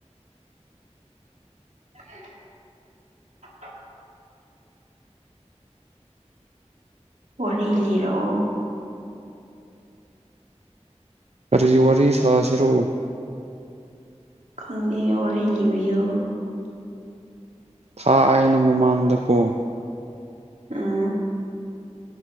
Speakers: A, on the right (about 80°); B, on the right (about 60°).
A: <inaudible> ꯋꯥꯔꯤ ꯂꯤꯔꯛꯑꯣ
B: ꯀꯔꯤꯒꯤ ꯋꯥꯔꯤ ꯁꯥꯁꯤꯔꯣ
A: ꯈꯪꯉꯦ ꯋꯥꯔꯤ ꯂꯤꯕꯤꯌꯣ
B: ꯊꯥ ꯑꯥꯏꯅ ꯃꯃꯥꯡꯗ ꯀꯣ
A: ꯑꯝ